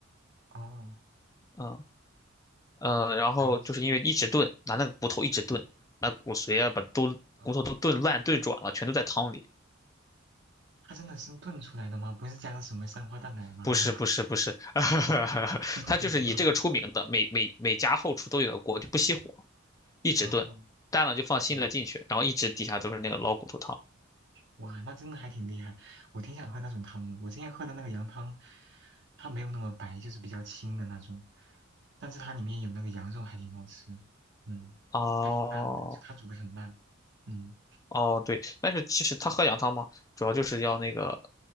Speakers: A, on the right; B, on the left.
A: 哦，
B: 嗯呃，然后就是因为一直炖，
A: 白色
B: 拿那个骨头一直炖，把骨髓啊，把都骨头都炖烂炖软了，
A: 啊，
B: 全都在汤里。
A: 它真的是炖出来的吗？不是加了什么三花淡奶吗？
B: 不是不是不是，<laughs>
A: <laughs> 嗯，<laughs>
B: 它就是以这个出名的，每每每家后厨都有个锅，就不熄火，一直炖，
A: 啊，
B: 淡了就放新的进去，
A: 嗯
B: 然后一直底下都是那个老骨头汤。
A: 哇，那真的还挺厉害。我挺想喝那种汤的。我之前喝的那个羊汤，它没有那么白，就是比较清的那种，但是它里面有那个羊肉，还挺好吃。嗯，
B: 哦，
A: 还挺烂的，就它煮的很烂。嗯，
B: 哦，对，但是其实他喝羊汤吗？主要就是要那个